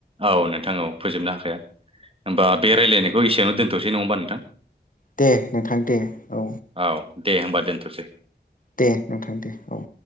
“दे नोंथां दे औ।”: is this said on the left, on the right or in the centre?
Left